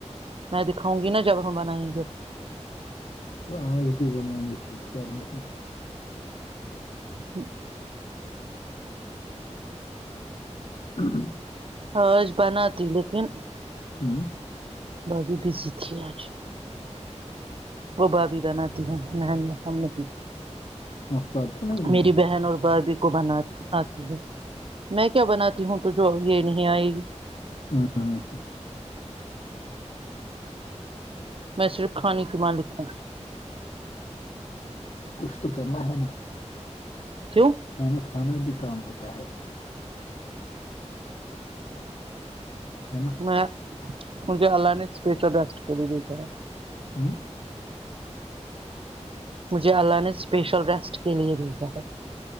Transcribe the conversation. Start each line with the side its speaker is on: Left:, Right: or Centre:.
Right: میں دکھاں گ نا جب بنائیں گ
Left: تو آال بھی بنوانی ٹھیک کر رہی ہے
Right: ہ
Left: ہ ہ
Right: حرج بناتی لیکن
Left: ہاں
Right: میں بھی بزی تھھیے آج وہ بابھی بناتتی ہے نہنی ہم نے
Left: آپ کو آتا نہیں
Right: میری
Left: ہے
Right: بہن اور بھائی بھی بنات آتی ہے میں کیا بناتی ہوں تو جو یہ نہیں آئے گی
Left: ہاں ہاں
Right: میں صر خاانی کیماں لکھا
Left: کچھ تو کرنا ہے نا
Right: کیوں
Left: کھانا کھانا بھی کام ہوتا ہے ہے نا
Right: میں مجھے الان اسپیش رسٹ کر دی گئی تھا
Left: ہوں
Right: مجھے اللہ نے اسپیشل ریسٹ کے لیے بھیجا ہے